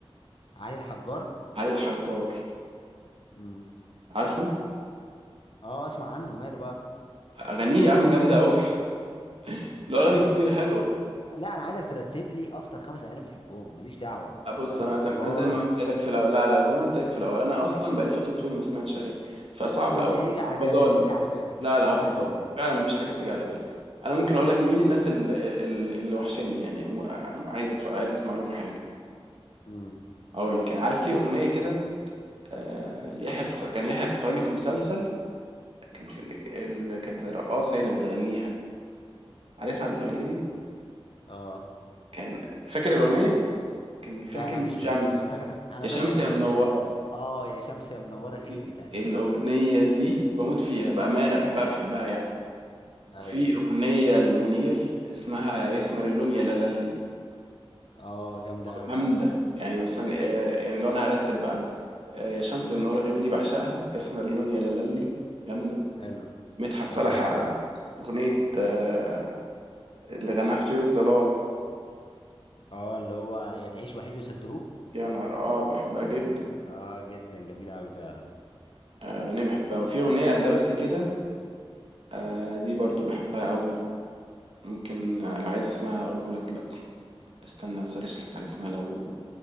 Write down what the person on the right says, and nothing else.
علي الحجار
عارفه
اغانيه يا عم جامده قوي <laughs> له اغاني
كتير حلوه
أه بص
انا
زي ما انا زي ما قلت لك في الاول لا لا زي ما قلت لك في الاول انا اصلا بقالي فتره طويله ما سمعتش اغاني فصعب
قوي
هبقى
ظالم
لا
لا هبقى
ظالم
فعلا مفيش حاجه بتيجي على بالي انا ممكن اقول لك مين الناس اللي, اللي وحشني يعني م- عايز أتف... عايز اسمع لهم حاجه
اقول لك يعني عارف في اغنيه كده آه، يحيى الفخ... كان يحيى الفخراني في مسلسل كان في ال... ال... كانت رقاصة هي اللي بتغنيها عارفها الأغنية دي؟
كان فاكر الأغنية؟ كان فيها
كلمة
شمس
يا
شمس
يا
منورة
دي-
الأغنية دي بموت فيها بأمانة بحبها بحبها يعني
وفي أغنية لمنير اسمها يا يسمر اللون يا لالي
جامدة يعني مثلا آه، يعني لو أنا هرتب بقى آه، يا شمس يا منورة غيبي دي بعشقها يسمر اللون يا لالي جامدة
مدحت صالح
آه، أغنية آه، اللي غناها في طيور الظلام
يا نهار اه بحبها جدا
آه أغنية بحبها وفي أغنية أندلسي كده آه دي برضو بحبها قوي ممكن آه، لو عايز اسمها أقوله لك دلوقتي استنى سرش لك على اسمها لو